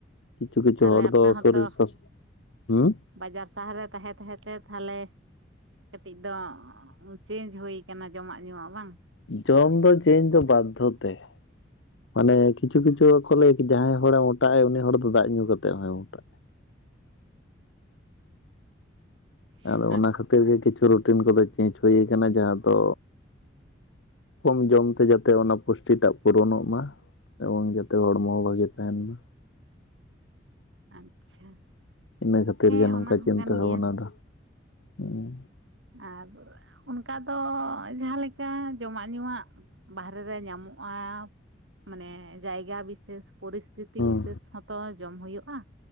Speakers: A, on the left; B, on the right.
A: ᱠᱤᱪᱷᱩ ᱠᱤᱪᱷᱩ
B: ᱛᱟᱦᱞᱮ
A: ᱦᱚᱲ
B: ᱟᱯᱮ
A: ᱫᱚ
B: ᱦᱚᱸᱛᱚ
A: ᱥᱚᱨᱤᱨ ᱥᱟᱥ ᱦᱩᱸ,
B: ᱵᱟᱡᱟᱨ ᱥᱟᱦᱟᱨ ᱨᱮ ᱛᱟᱦᱮᱸ ᱛᱟᱦᱮᱸ ᱛᱮ ᱛᱷᱟᱞᱮ ᱠᱟᱹᱴᱤᱡ ᱫᱚ ᱪᱮᱧᱡ ᱦᱩᱭ ᱠᱟᱱᱟ ᱡᱚᱢᱟᱜ ᱧᱩᱣᱟᱜ ᱵᱟᱝ
A: ᱡᱚᱢ ᱫᱚ ᱪᱮᱧᱡ ᱫᱚ ᱵᱟᱫᱽᱫᱷᱚ ᱛᱮ ᱢᱟᱱᱮ ᱠᱤᱪᱷᱩ ᱠᱤᱪᱷᱩ ᱠᱚ ᱞᱟᱹᱭᱟ ᱠᱟᱫᱟ ᱡᱟᱦᱟᱸᱭ ᱦᱚᱲᱮ ᱡᱚᱴᱟᱜ-ᱟ ᱩᱱᱤ ᱦᱚᱲ ᱫᱚ ᱫᱟᱜ ᱧᱩ ᱠᱟᱛᱮᱜ ᱦᱚᱸᱭ ᱢᱚᱴᱟᱜ-ᱟ᱾ ᱟᱫᱚ
B: ᱟᱪᱪᱷᱟ
A: ᱚᱱᱟ ᱠᱷᱟᱹᱛᱤᱨ ᱜᱮ ᱠᱤᱪᱷᱩ ᱨᱩᱴᱤᱱ ᱠᱚᱫᱚ ᱪᱮᱧᱡᱽ ᱦᱩᱭ ᱠᱟᱱᱟ ᱡᱟᱦᱟᱸ ᱫᱚ ᱠᱚᱢ ᱡᱚᱢᱛᱮ ᱡᱟᱛᱮ ᱚᱱᱟ ᱯᱩᱥᱴᱤᱴᱟᱜ ᱯᱩᱨᱚᱱᱚᱜ ᱢᱟ ᱮᱵᱚᱝ ᱡᱟᱛᱮ ᱦᱚᱲᱢᱚ ᱦᱚ ᱵᱷᱟᱜᱮ ᱛᱟᱦᱮᱱ ᱢᱟ᱾
B: ᱟᱪᱪᱷᱟ
A: ᱤᱱᱟᱹ ᱠᱷᱟᱹᱛᱤᱨ
B: ᱦᱮᱸ
A: ᱜᱮ ᱱᱚᱝᱠᱟ
B: ᱚᱱᱟ ᱦᱚᱸ
A: ᱪᱤᱱᱛᱟᱹ
B: ᱠᱟᱱ ᱜᱮᱭᱟ᱾
A: ᱵᱷᱟᱵᱱᱟ ᱫᱚ ᱦᱩᱸ
B: ᱟᱨ ᱚᱱᱠᱟ ᱫᱚ ᱡᱟᱦᱟᱸ ᱞᱮᱠᱟ ᱡᱚᱢᱟᱜ ᱧᱩᱣᱟᱜ ᱵᱟᱦᱨᱮ ᱨᱮ ᱧᱟᱢᱚᱜ-ᱟ ᱢᱟᱱᱮ ᱡᱟᱭᱜᱟ ᱵᱤᱥᱮᱥ ᱯᱚᱨᱤᱥᱛᱷᱤᱛᱤ
A: ᱦᱩᱸ
B: ᱵᱤᱥᱮᱥ ᱦᱚᱸᱛᱚ ᱡᱚᱢ ᱦᱩᱭᱩᱜ-ᱟ